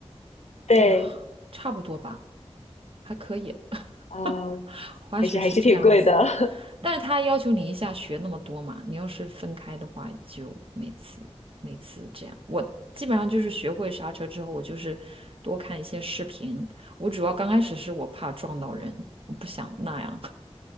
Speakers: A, on the left; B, on the right.
A: 对，
B: 哎呀，差不多吧，还可以。<laughs>
A: 啊，
B: 滑雪是这样子，
A: 还是还是挺贵的。<laughs>
B: 但是他要求你一下学那么多嘛，你要是分开的话，就每次每次这样。我基本上就是学会刹车之后，我就是多看一些视频。我主要刚开始是我怕撞到人，我不想那样，